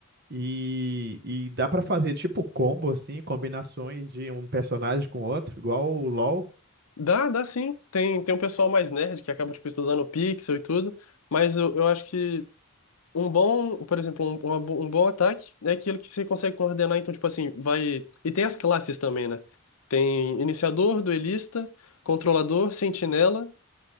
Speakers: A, on the right; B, on the left.
A: E, e dá pra fazer tipo combo, assim, combinações de um personagem com outro, igual o LoL.
B: Dá, dá sim. Tem, tem um pessoal mais nerd que acaba, tipo, estudando pixel e tudo. Mas eu, eu acho que um bom, por exemplo, um, uma bo- um bom ataque é aquilo que você consegue coordenar. Então, tipo assim, vai. E tem as classes também, né? Tem iniciador, duelista, controlador, sentinela.